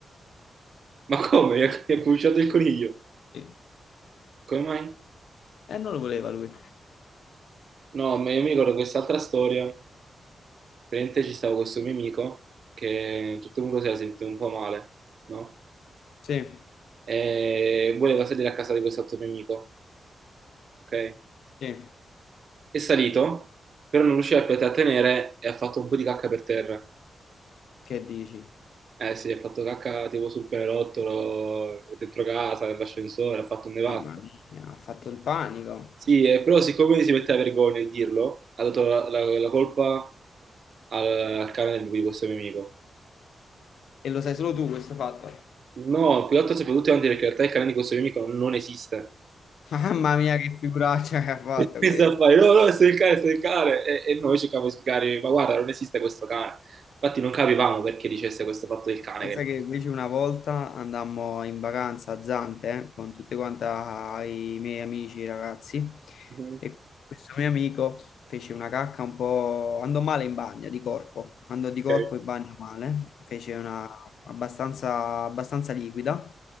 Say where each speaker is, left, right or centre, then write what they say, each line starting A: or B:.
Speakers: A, on the right; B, on the left.
A: Ma come? Mi ha mi ha cucciato il coniglio.
B: Sì.
A: Come mai?
B: E non lo voleva lui.
A: No, ma io mi ricordo quest'altra storia Praticamente ci stava questo mio amico che tutto il mondo si era sentito un po' male, no?
B: Sì,
A: E voleva salire a casa di quest'altro mio amico, ok?
B: sì.
A: È salito, però non riusciva più a trattenere e ha fatto un po' di cacca per terra.
B: Che dici?
A: Eh sì, ha fatto cacca tipo sul pianerottolo, dentro casa, nell'ascensore, ha fatto un nevato.
B: Mamma mia, ha fatto il panico.
A: Sì, eh, però siccome si metteva vergogna di dirlo, ha dato la, la- la colpa al, al cane di questo mio amico.
B: E lo sai solo tu questo fatto.
A: No, più che altro soprattutto anche perché in realtà il cane di questo mio amico non esiste.
B: <laughs> Mamma mia, che figuraccia che ha fatto
A: E questo
B: questa.
A: a fare, no, no, è stato il cane, è stato il cane. E, e noi cercavamo di spiegare, ma guarda, non esiste questo cane. Infatti non capivamo perché dicesse questo fatto del cane.
B: Pensa
A: Che...
B: che invece una volta andammo in vacanza a Zante eh, con tutti quanti i miei amici, i ragazzi,
A: non-
B: e questo mio amico fece una cacca un po'... andò male in bagno, di corpo, andò di corpo
A: Ok,
B: in bagno male, fece una abbastanza, abbastanza liquida